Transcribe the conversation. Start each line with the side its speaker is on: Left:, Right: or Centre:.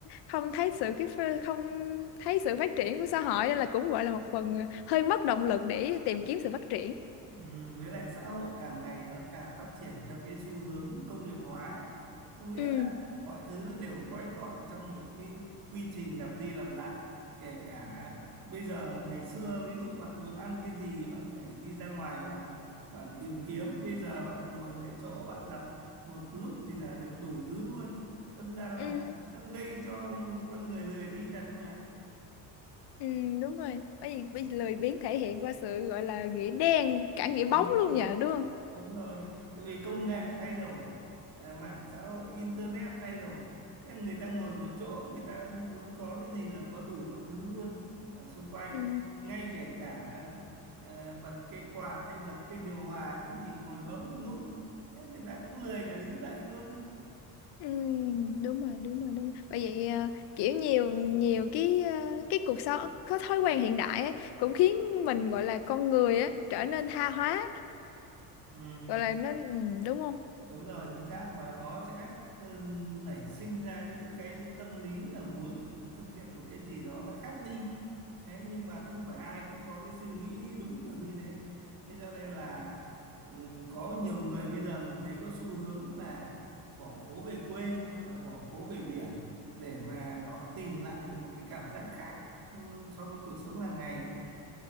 Left: không thấy sự cái phê- không thấy sự phát triển của xã hội nên là cũng gọi là một phần hơi mất động lực để tìm kiếm sự phát triển
Right: Ừm, với lại xã hội càng ngày nó càng phát triển theo cái xu hướng công nghiệp hóa ấy. Có nghĩa
Left: Ừ.
Right: là mọi thứ nó đều gói gọn trong một cái quy trình lặp đi lặp lại kể cả bây giờ ngày xưa ví dụ bạn muốn ăn cái gì bạn phải đi ra ngoài bạn bạn tìm kiếm bây giờ bạn ngồi tại chỗ bạn đặt một lúc thì là được đủ thứ luôn đâm ra là
Left: Ừ,
Right: nó gây cho con người lười đi thật mà
Left: Ừ, đúng rồi. Bởi vì, bởi vì lười biếng thể hiện qua sự gọi là nghĩa đen, cả nghĩa bóng
Right: Ừ.
Left: luôn nhờ, đúng không?
Right: đúng rồi tại vì công nghệ thay đổi à, mạng xã hội internet thay đổi Thế người ta ngồi một chỗ người ta muốn có cái gì là có đủ mọi thứ luôn ở xung quanh
Left: Ừ.
Right: ngay kể cả à, bật cái quạt hay bật cái điều hòa cũng chỉ ngồi bấm một nút thế người ta cũng lười cả đứng dậy luôn
Left: Ừ, đúng rồi, đúng rồi, đúng rồi. Bởi vậy à, kiểu nhiều nhiều cái à, cái cuộc sống có thói quen hiện đại ấy, cũng khiến mình gọi là con người á trở nên tha hóa,
Right: ừ.
Left: gọi là nó ừ, đúng không?
Right: đúng rồi chính xác mà nó sẽ ừ, nảy sinh ra những cái tâm lý là muốn thực hiện một cái gì đó nó khác đi thế nhưng mà không phải ai cũng có cái suy nghĩ đúng được như thế thế cho nên là ừ, có nhiều người bây giờ mình thấy có xu hướng là bỏ phố về quê hoặc là bỏ phố về biển để mà họ tìm lại được một cái cảm giác khác ừ, so với cuộc sống hàng ngày ấy.